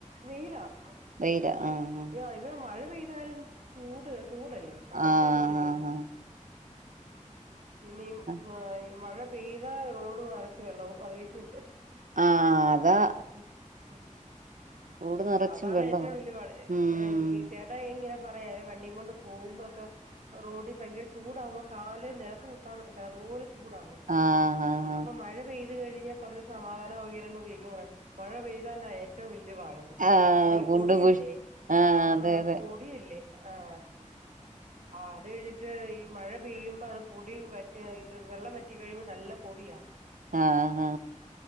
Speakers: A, on the right; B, on the right.
A: വെയിലാ അഹ്
B: വെയിലാ ആഹ് ആഹ്
A: ആഹ് ഇവ്ടെ മഴപെയ്താലും ചൂട് ചൂടല്ലേ തണുപ്പ്
B: ആ ആ
A: അങ്ങനെ ഇല്ലല്ലോ
B: ആ
A: പിന്നിം
B: ആ
A: ഈ മഴ പെയ്താ റോഡ് നെറച്ച് വെള്ളാവും അറിയത്തില്ലേ
B: ആഹ് ആഹ് അതാ
A: ക്കിയിം അഹ്
B: കൂട് നിറച്ചും
A: അതാണ്
B: വെള്ളമാ
A: ഏറ്റവു വല്ല്യെ പാട്
B: ഉം
A: എങ് ഈ ചെ ട്ടായി ഇങ്ങനെ പറയാ ഈ വണ്ടി കൊണ്ട് പോവുമ്പൊ ഒക്കെ റോഡ് ഭയങ്കര ചൂടാക്മ്പോ കാല് നെലത്ത് കുത്താൻ പറ്റത്തില്ല അതുപോലെ ചൂ ചൂടാണ്
B: ആഹ് ആഹ്
A: അപ്പൊ മഴപെയ്ത് കഴിഞ്ഞാ കൊറച്ച് സമാധാനവൊങ്കില് എന്ന് <unintelligible> <unintelligible> മഴ പെയ്താലാ ഏറ്റവു വെല്ല്യെ പാടെന്ന്
B: ആഹ് ആഹ്
A: കാരണം ഈ
B: കുണ്ടും
A: പൊടിയല്ലേ
B: കുഴി അതെ
A: ആഹ്
B: അതെ
A: പൊടിയല്ലേ ആഹ് ആഹ് അത് കഴിഞ്ഞിട്ട് ഈ മഴ പെയ്യുമ്പോ അത് പൊടി വറ്റ ഇത് വെള്ളം വറ്റി കഴിയുമ്പോ നല്ല പൊടിയാ
B: ആഹ് ഹാ